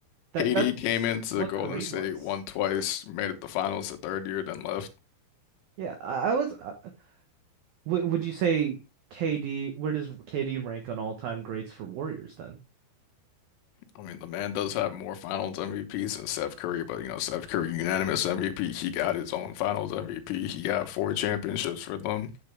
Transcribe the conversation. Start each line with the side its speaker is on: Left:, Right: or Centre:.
Right: that
Left: KD
Right: that's
Left: came into
Right: what
Left: Golden
Right: Kareem
Left: State,
Right: was.
Left: won twice, made it the finals the third year, then left.
Right: Yeah, I, I was. Uh, w would you say KD? Where does KD rank on all-time greats for Warriors then?
Left: I mean, the man does have more Finals MVPs than Steph Curry, but you know, Steph Curry unanimous MVP. He got his own Finals MVP. He got four championships for them.